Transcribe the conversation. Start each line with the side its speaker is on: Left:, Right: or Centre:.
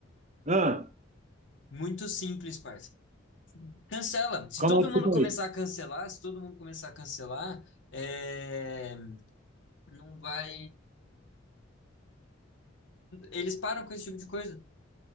Right: <laughs> ah,
Left: Muito simples, parça. Cancela. Se
Right: como
Left: todo
Right: é que
Left: mundo
Right: tá
Left: começar
Right: aí?
Left: a cancelar, se todo mundo começar a cancelar, é, não vai. Eles param com esse tipo de coisa